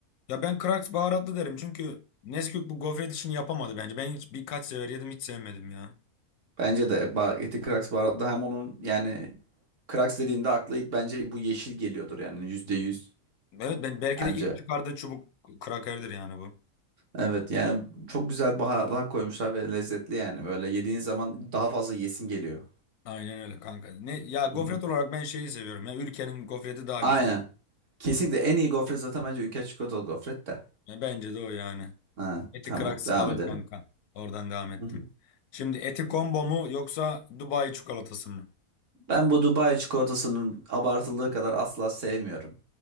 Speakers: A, on the left; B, on the right.
A: Ya ben Kraks baharatlı derim çünkü Nesquik bu gofret işini yapamadı bence. Ben hiç birkaç sefer yedim hiç sevmedim ya.
B: Bence de Bageti Kraks baharatlı hem onun yani Kraks dediğinde akla ilk bence bu yeşil geliyordur yani yüzde yüz
A: Evet ben belki
B: bence.
A: de ilk çıkardığı çubuk krakerdir yani bu.
B: Evet yani çok güzel baharatlar koymuşlar ve lezzetli yani böyle yediğin zaman daha fazla yesin geliyor.
A: Aynen öyle kanka. Ne ya gofret
B: Hı hı.
A: olarak ben şeyi seviyorum ya. Ülkenin gofreti daha
B: Aynen.
A: güzel.
B: Kesinlikle en iyi gofret zaten bence ülke çikolatalı gofret de.
A: Ya bence de o yani.
B: Ha,
A: Eti
B: tamam
A: Kraks
B: devam
A: alır
B: edelim.
A: kanka. Oradan devam ettim.
B: <laughs> Hı hı.
A: Şimdi Eti Combo mu yoksa Dubai çikolatası mı?
B: Ben bu Dubai çikolatasının abartıldığı kadar asla sevmiyorum.